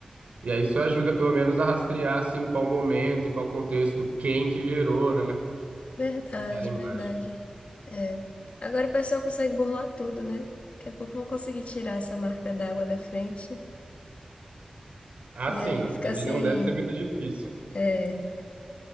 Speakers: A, on the right (about 75°); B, on the left (about 65°).
A: E aí isso ajuda pelo menos a rastrear assim em qual momento, em qual contexto, quem que gerou, né,
B: verdade,
A: aquela imagem.
B: verdade. É. Agora o pessoal consegue burlar tudo, né? Daqui a pouco vão conseguir tirar essa marca d'água da frente.
A: Ah,
B: E
A: sim,
B: aí fica
A: também
B: sem.
A: não deve ser muito difícil.
B: É,